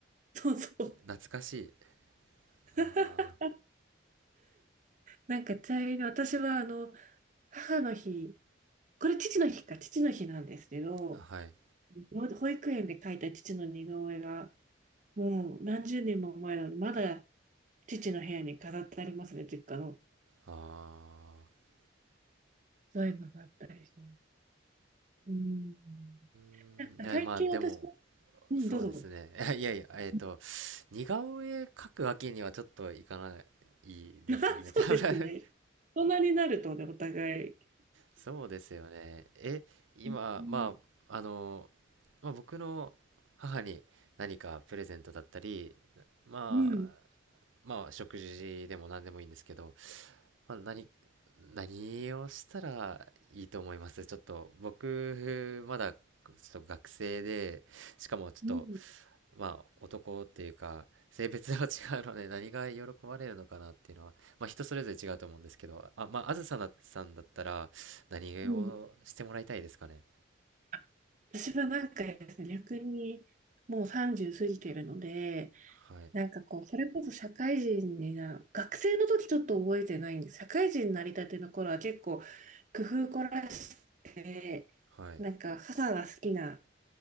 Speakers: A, on the right; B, on the right.
A: そうそう。
B: 懐かしい
A: <laughs>
B: あ
A: なんかちなみに私はあの、母の日、これ父の日か、父の日なんですけど、
B: ーはい
A: 保育園で描いた父の似顔絵が、もう何十年も前なので、まだ父の部屋に飾ってありますね、実家の。
B: ああ
A: そういうのがあったりします。うん。
B: ーうんい
A: なんか最近私も、
B: やまあでも
A: うん、
B: そうですね。
A: どうぞ。
B: <laughs> いやいや、えっと、
A: <laughs>
B: 似顔絵描くわけにはちょっといかないですよね。
A: あそうですね。
B: <laughs> 多分
A: 大人になるとね、お互い。
B: そうですよね。え、今、
A: うん、
B: まあ、あの、まあ、僕の母に何かプレゼントだったり、まあ、
A: うん。
B: まあ、食事でも何でもいいんですけど、まあ、何、何をしたらいいと思いますちょっと僕、まだちょっと学生で、しかもちょっと
A: うん、
B: まあ男っていうか性別は違うので何が喜ばれるのかなっていうのは、まあ、人それぞれ違うと思うんですけどあまああずさなさんだったら何をしてもらいたいですかね
A: うん。あ私はなんかですね、逆にもう30過ぎてるので、
B: はい
A: なんかこう、それこそ社会人にな、学生の時ちょっと覚えてないんです。社会人になりたての頃は結構工夫凝らして、
B: はい
A: なんか母が好きな